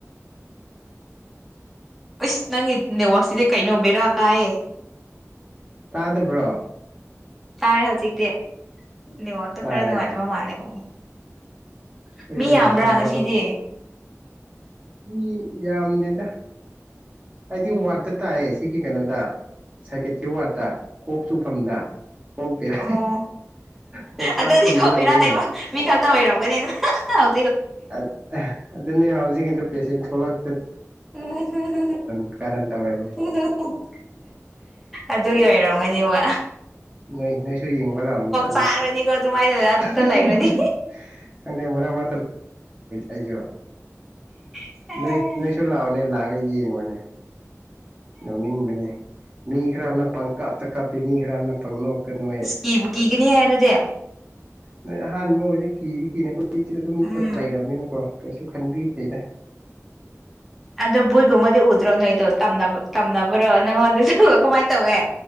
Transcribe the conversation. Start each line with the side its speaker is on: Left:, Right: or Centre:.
Centre: ꯏꯁ ꯅꯪ ꯅꯦ ꯋꯥꯥꯛꯁꯤꯗꯦ ꯀꯩꯅꯣꯕꯕꯤꯔꯥ ꯀꯥꯏꯑꯌꯦ
Right: ꯇꯥꯗꯕ꯭ꯔꯣ
Centre: ꯇꯥꯔꯦ ꯍꯧꯖꯤꯛꯇꯤ ꯅꯦꯋꯥꯔꯛꯇꯣ
Right: ꯇꯥꯔꯦ
Centre: ꯈꯔ ꯅꯨꯡꯉꯥꯏꯇꯕ ꯃꯥꯂꯦ ꯀꯣ ꯃꯨꯛ
Right: ꯑꯩꯈꯣꯏ
Centre: ꯃꯤ
Right: ꯖꯒꯥꯁꯦ
Centre: ꯌꯥꯝꯕ꯭ꯔꯥ
Right: ꯃꯔꯛ
Centre: ꯉꯁꯤꯗꯤ
Right: ꯃꯔꯛ ꯃꯤ ꯌꯥꯝꯗꯦꯗ ꯑꯩꯗꯤ ꯋꯥꯔꯗꯠꯇ ꯇꯥꯏꯑꯦ ꯁꯤꯒꯤ ꯀꯩꯅꯣꯗ ꯁꯥꯏꯀꯦꯇ꯭ꯔꯤ ꯋꯥꯔꯗꯠꯇ ꯀꯣꯛ ꯆꯨꯐꯝꯗ ꯀꯣꯛ ꯕꯦꯔꯥ
Centre: ꯑꯣ
Right: ꯀꯣꯛ ꯆꯥꯛꯐꯝꯗ
Centre: ꯑꯗꯨꯗꯤ ꯀꯣꯛ
Right: ꯂꯩꯌꯦ
Centre: ꯕꯦꯔꯥ ꯂꯩꯕ ꯃꯤ ꯈꯛꯇ ꯑꯣꯏꯔꯝꯒꯅꯤꯗ ꯍ ꯍꯛ ꯑꯥꯎ
Right: ꯑꯠ ꯑ ꯑꯗꯨꯅꯤ ꯍꯧꯖꯤꯀꯤꯗꯨ ꯄꯦꯁꯦꯟ ꯊꯣꯂꯛ
Centre: ꯍꯨꯝ ꯍꯨꯝ ꯍꯨꯝ ꯍꯨꯝ
Right: ꯀꯥꯔꯟ ꯇꯧꯔꯛꯏꯅꯦ
Centre: ꯍꯨꯝ ꯍꯨꯝ ꯑꯗꯨꯒꯤ ꯑꯣꯢꯔꯝꯒꯅꯤꯕ
Right: ꯅꯣꯏ ꯅꯣꯏꯁꯨ ꯌꯦꯡꯕ ꯂꯥꯛꯎꯅꯦ ꯑꯟꯅ
Centre: ꯆꯥꯛꯔꯅꯤꯀꯣ ꯑꯗꯨꯃꯥꯏꯅ ꯑꯗꯨꯗ
Right: ꯑꯍꯥꯍꯥ
Centre: ꯂꯩꯔꯗꯤ
Right: ꯑꯩꯖꯨ
Centre: ꯑꯁ
Right: ꯅꯣꯏ ꯅꯣꯏ ꯂꯥꯛꯑꯒ ꯌꯦꯡꯉꯣꯅꯦ ꯅꯣꯅꯤꯡꯕꯅꯦ ꯃꯤ ꯈꯔꯃꯅ ꯄꯪꯀꯞ ꯀꯥꯞꯄꯤ ꯃꯤ ꯈꯔꯃꯅ ꯄꯥꯡꯅꯣꯛꯇ ꯅꯣꯛꯏ
Centre: ꯀꯤꯕꯨ ꯀꯤꯒꯅꯤꯍꯦ ꯑꯗꯨꯗꯤ
Right: ꯅꯣꯏ ꯑꯍꯥꯟꯕ ꯑꯣꯏꯗꯤ ꯀꯤꯗꯤ ꯀꯤꯅꯦ ꯀꯣ ꯃꯤꯆꯤꯗ ꯗꯨꯝ
Centre: ꯎꯝ
Right: ꯂꯩꯔꯕꯝꯃꯤꯅꯀꯣ ꯀꯩꯁꯨ ꯈꯟꯕꯤꯗꯦꯗ
Centre: ꯑꯗꯣ ꯕꯨꯗꯒꯨꯝꯕꯗꯤ ꯎꯗ꯭ꯔꯣ ꯅꯣꯏꯗꯣ ꯇꯝꯅꯕ ꯇꯝꯅꯕ꯭ꯔꯣ ꯅꯪꯉꯣꯟꯗꯁꯨ ꯀꯃꯥꯏꯅ ꯇꯧꯋꯦ